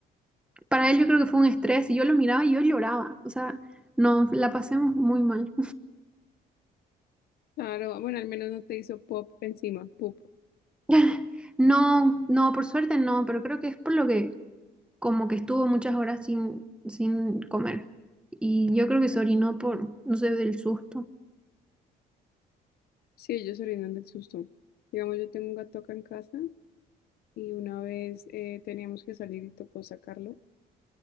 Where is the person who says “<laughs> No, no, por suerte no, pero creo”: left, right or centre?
Centre